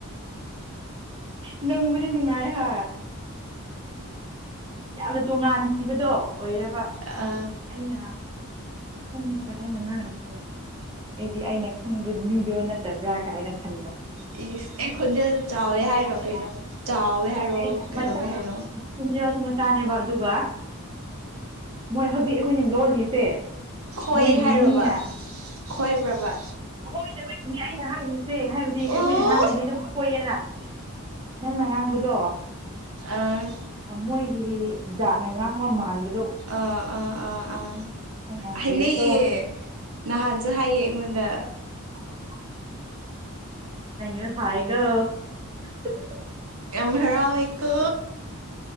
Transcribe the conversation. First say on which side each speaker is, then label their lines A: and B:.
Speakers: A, on the right; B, on the right.
A: ꯅꯨꯡꯕꯨꯗꯤ ꯅꯨꯡꯉꯥꯏꯍꯥ ꯌꯥꯝꯅ ꯇꯣꯉꯥꯟꯈꯤꯕꯗꯣ ꯑꯣꯏꯌꯦꯕ
B: ꯑ
A: ꯑꯗꯨ ꯑꯩꯅ ꯈꯟꯕꯒ ꯅꯪꯅ ꯉꯥꯡꯂꯛꯄꯒ ꯑꯩꯗꯤ ꯑꯩꯅ ꯈꯪꯕ ꯃꯤꯗꯣ ꯅꯠꯇꯕ꯭ꯔꯥ ꯀꯥꯏꯅ ꯈꯟꯕ
B: ꯏꯁ ꯑꯩ ꯈꯣꯟꯖꯦꯜꯁꯦ
A: <unintelligible>
B: ꯆꯥꯎꯋꯦ ꯍꯥꯏꯔꯣ ꯀꯩꯅꯣ ꯆꯥꯎꯋꯦ ꯍꯥꯏꯔꯣ ꯀꯩꯗꯧꯋꯦ ꯍꯥꯏꯅꯣ
A: ꯆꯥꯅꯦꯕ ꯑꯗꯨꯒ ꯃꯣꯏ ꯍꯧꯖꯤꯛ ꯑꯩꯈꯣꯏꯅ ꯂꯣꯜꯂꯤꯁꯦ
B: ꯈꯣꯏ
A: ꯃꯣꯏꯒꯤ
B: ꯍꯥꯏꯔꯣꯕ
A: ꯃꯤꯅ
B: ꯈꯣꯏꯕ꯭ꯔꯕ
A: ꯈꯣꯏꯗꯕꯒꯤꯅꯦ ꯑꯩꯅ ꯍꯥꯏꯔꯤ ꯁꯦ ꯍꯥꯏꯕꯗꯤ ꯑꯩꯈꯣꯏꯅ
B: ꯑꯣ
A: ꯉꯥꯡꯉꯗꯤ ꯑꯗꯨꯝ ꯈꯣꯏꯌꯦꯔ ꯅꯪꯅ ꯉꯥꯡꯕꯗꯣ
B: ꯑ ꯑꯥ
A: ꯃꯣꯏꯒꯤ ꯖꯥꯠꯅ ꯉꯥꯡꯕ ꯃꯥꯟꯕ
B: ꯑ ꯑ ꯑꯥ ꯑꯥ
A: ꯅꯪ ꯌꯥꯝ
B: ꯍꯥꯏꯅꯩꯌꯦ
A: ꯍꯩꯔꯦꯀꯣ
B: ꯅꯍꯥꯟ ꯍꯥꯏꯌꯦ ꯑꯩꯉꯣꯟꯗ
A: ꯑ <unintelligible>
B: ꯌꯥꯝ ꯍꯔꯥꯎꯋꯦꯀꯣ